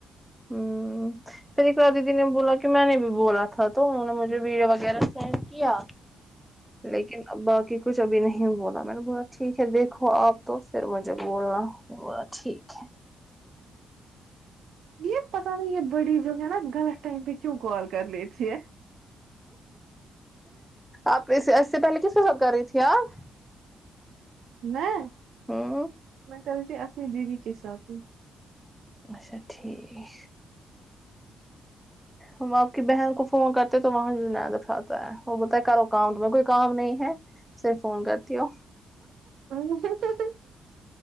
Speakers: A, in the centre; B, on the right.
A: ہوں پھر ایکار دیدی نے بولا کہ میں نے بھی بولا تھا تو انہوں نے
B: اچھا
A: مجھے ویڈیو وغیرہ سینڈ کیا لیکن باقی کچھ ابھی نہیں بولا میں نے بولا ٹھیک ہے دیکھو آپ تو پھر مجھے بولنا بولا ٹھیک ہے
B: یہ پتا نہیں ہے بڑی جو ہے نا غلط ٹائم پہ کیوں کال کر لی تھی ہے
A: آپ اس سے پہلے کس ہک کر رہی تھی آپ
B: میں
A: ہوں
B: میں کر رہی تھی اپن بی بی کے ساتھ ہی
A: اچھا ٹھیک ہم آپ کی بہن کو فون کرتے تو وہاں جند اٹھاتا ہے وہ بتا ہے کرو کام تمہیں کوئی کام نہیں ہے صرف فون کرتی ہو
B: <unintelligible>